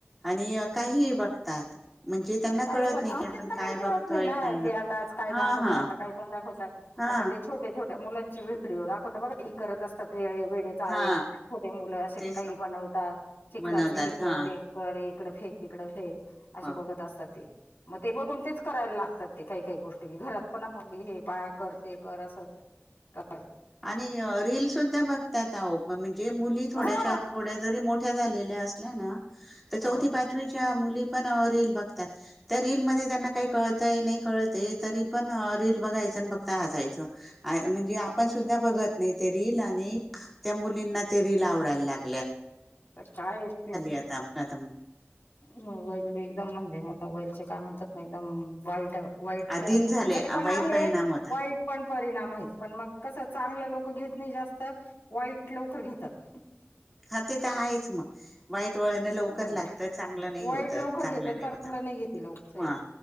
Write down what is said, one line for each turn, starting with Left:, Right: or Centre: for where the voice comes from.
Centre: आणि काही बघतात म्हणजे त्यांना
Left: काय
Centre: कळत
Left: पण
Centre: नाही
Left: त्यांना
Centre: की आपण काय
Left: काही
Centre: बघतोय
Left: कळत नाही ना
Centre: काय नाही
Left: ज काय
Centre: हा
Left: दाखवत
Centre: हा
Left: का पण दावतात
Centre: हा
Left: आता ते छोटे छोटे मुलांचे व्हिडिओ दाखवत बघाई करत असतात व वेडे चाळे
Centre: हा
Left: छोटे मुलं असे
Centre: तेच
Left: काही बनवत चिखलाच
Centre: बनवतात
Left: हे कर
Centre: हा
Left: ते कर इकड फेक इकडे तिकडे फेक असे
Centre: ह
Left: बघत असत ते मग ते बघून तेच करायला लागतात ते काही काही गोष्टी घरात पण मग हे पाय कर ते कर असं <inaudible>
Centre: आणि रील सुुद्धा बघतात आवो म्हणजे मुली थोड्याश
Left: हा
Centre: थोड्या जरी मो असल्या ना चौथी
Left: हो
Centre: पाचवी च्या मुली रील बघतात त्या रील मध्ये त्यांना काही कळत नाही कळत तरी पण रील बघाय फक्त हसायच म्हणजे आपण सुद्धा बघत नाही ते रील आणि त्या मुलींना रील आवडाला लाग
Left: कायेत
Centre: आता अपघात
Left: मल् एकदम म्हणजे मोबाईलचे काय म्हणतात ना एकदम वाईट वाईट
Centre: आधीन झाले अ,
Left: पण
Centre: वाईट
Left: आहे
Centre: परिणाम होता
Left: वाईट पण परिणाम आहेत पण मग कस चांगलं लवकर घेत नाही जास्त वाईट लवकर घेतात
Centre: हा ते तर आहेच मग वाईट वळण लवकर
Left: ह
Centre: लागत चांगलं नाही
Left: वाईट
Centre: होत
Left: लवकर
Centre: चांगलं
Left: घेतात
Centre: नाही होत
Left: घेते लवकर
Centre: हा